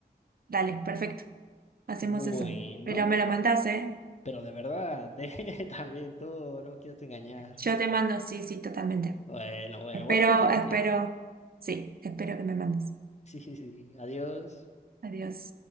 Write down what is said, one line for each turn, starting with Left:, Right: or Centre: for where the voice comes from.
Right: dale, perfecto. Hacemos
Left: Bueno,
Right: eso. Pero me lo mandás, ¿eh?
Left: pero de verdad, <laughs> eh, también tú no me quieras engañar.
Right: Yo te mando, sí, sí, totalmente.
Left: Bueno, bueno,
Right: Espero,
Left: voy a confiar
Right: espero,
Left: en ti. <laughs>
Right: sí, espero que me mandes.
Left: Sí, sí, sí, adiós.
Right: Adiós.